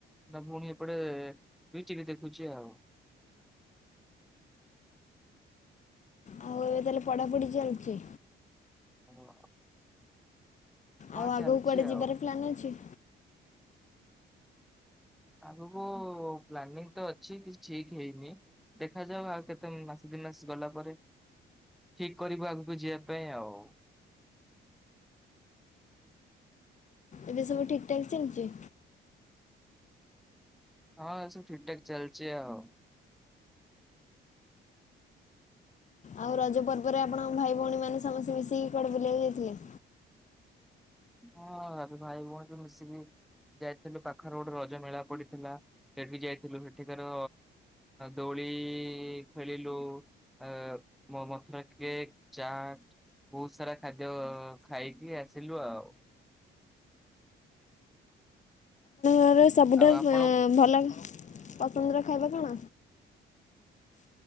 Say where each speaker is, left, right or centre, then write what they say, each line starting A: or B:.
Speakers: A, in the centre; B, on the left.
A: ନା ପୁଣି ଏପଡେ ଲୁଇଚିଲି ଦେଖୁଛି ଆଉ। <unintelligible>
B: ଆଉ ଏବେ ତାହେଲେ ପଢାପଢି ଚାଲଛି?
A: ହଁ।
B: ଆଉ
A: ଚାଲିଛି
B: ଆଗକୁ କୁଆଡେ
A: ଆଉ
B: ଯିବାର ପ୍ଲାନ୍ ଅଛି?
A: ଆଗକୁ ପ୍ଲାନିଂ ତ ଅଛି, କିଛି ଠିକ୍ ହେଇନି ଦେଖାଯାଉ। ଆଉ କେତେ ମାସେ ଦି ମାସ ଗଲା ପରେ ଠିକ୍ କରିବୁ ଆଗକୁ ଯିବା ପାଇଁ ଆଉ।
B: ଏବେ ସବୁ ଠିକ୍ ଠାକ୍ ଚାଲିଚି?
A: ହଁ ସବୁ ଠିକ୍ ଠାକ୍ ଚାଲଚି ଆଉ।
B: ଆଉ ରଜ ପର୍ବରେ ଆପଣଙ୍କ ଭାଇ ଭଉଣୀ ମାନେ ସମସ୍ତେ ମିଶିକି କୁଆଡେ ବୁଲିବାକୁ ଯାଇଥିଲେ?
A: ହଁ, ରଜରେ ଭାଇ ଭଉଣୀ ସବୁ ମିଶିକି ଯାଇଥିଲୁ, ପାଖରେ ଗୋଟେ ରଜମେଳା ପଡିଥିଲା। ସେଇଠ୍ ବି ଯାଇଥିଲୁ। ହେଠିତାର ଦୋଳି-ଇ ଖେଳିଲୁ। ଆ ମୋ ମଥୁରା କେକ୍, ଚାଟ୍ ବହୁତ ସାରା ଖାଦ୍ୟ ଅ ଖାଇକି ଆସିଲୁ ଆଉ।
B: ର ସବୁଠାରୁ
A: ଆଉ ଆପଣ
B: ଏଁ ଭଲ ପସନ୍ଦର ଖାଇବା କଣ?